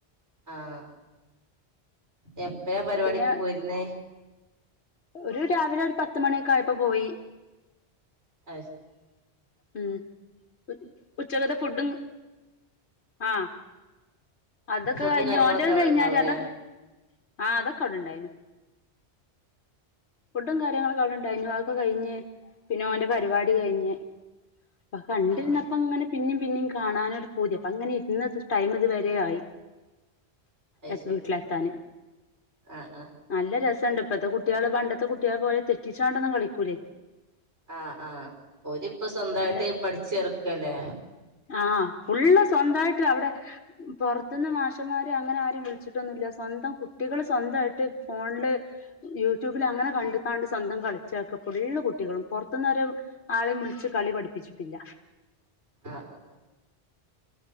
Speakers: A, on the right (about 80°); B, on the left (about 70°).
A: ആഹ് എപ്പയാ
B: അപ്പൊ
A: പരിപാടിക്ക്
B: പിന്നെ
A: പോയിരുന്നേ
B: ഒരു രാവിലെ ഒരു പത്ത് മണിയൊക്കെ ആയപ്പോ പോയി
A: അത് ശരി
B: ഉം ഉ ഉച്ചകത്തെ ഫുഡും ആഹ് അതൊക്കെ
A: ഫുഡും
B: കഴിഞ്ഞു
A: കാര്യങ്ങളൊക്കെ
B: ഓന്റെത്
A: അവിടെ
B: കഴിഞ്ഞാരെ
A: ഉണ്ടാവൂലേ
B: അതൊക്കെ ആഹ് അതൊക്കെ അവിടെണ്ടായിരുന്നു ഫുഡും കാര്യങ്ങളൊക്കെ അവിടെണ്ടായിരുന്നു അതൊക്കെ കഴിഞ്ഞ് പിന്നെഓന്റെ പരിപാടി കഴിഞ്ഞ് അപ്പ കണ്ടിരുന്നപ്പ
A: ആഹ് ആഹ്
B: അങ്ങനെ പിന്നിം പിന്നിം കാണാനൊ പൂതി അപ്പ അങ്ങനെ ഇരുന്ന് ടൈം ഇത് വരെ ആയി
A: അത്
B: എത്താ
A: ശരി
B: വിട്ട്ലെത്താന്
A: ആഹ് ആഹ്
B: നല്ല രസണ്ട് ഇപ്പഴത്തെ കുട്ടേള് പണ്ടത്തെ കുട്ടേളെ പോലെ തെറ്റിച്ചാണ്ടൊന്നും കളിക്കൂലേ
A: ആഹ് ആഹ് ഓലിപ്പോ സ്വന്തായിട്ട്
B: നല്ല
A: പഠിച്ചറ്ക്കല്ലേ
B: ആഹ് ഫുള്ള് സ്വന്തായിട്ട് അവടെ പൊർത്ത്ന്ന് മാഷന്മാര് അങ്ങനെ ആരും വിളിച്ചിട്ടൊന്നുല്ല സ്വന്തം കുട്ടികള് സ്വന്തായിട്ട് ഫോൺല് യൂട്യൂബില് അങ്ങനെ കണ്ട് കാണ്ട് സ്വന്തം കളിച്ചക്കാ ഫുള്ള് കുട്ടികളും പോർത്ത്ന്ന് ഒരു ആളേം വിളിച്ച് കളി പഠിപ്പിച്ചിട്ടില്ല
A: ആഹ്